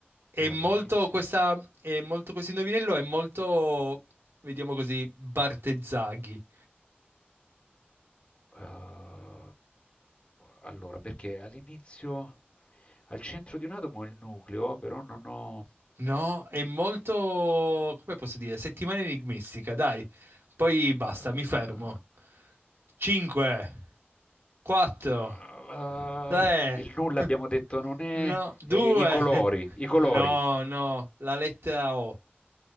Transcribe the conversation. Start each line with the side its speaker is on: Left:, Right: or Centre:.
Right: È
Left: e
Right: molto
Left: all'inizio.
Right: questa, è molto questo indovinello, è molto, vediamo così, Bartezzaghi.
Left: Eh, allora, perché all'inizio, al centro di un atomo è il nucleo, però non ho...
Right: No, è molto, come posso dire, settimana enigmistica, dai. Poi basta,
Left: Eh,
Right: mi fermo. 5, 4,
Left: eh,
Right: Tre.
Left: il nulla
Right: <laughs>
Left: abbiamo detto non è...
Right: No, due.
Left: eh, i colori, i colori.
Right: No, no, la lettera O.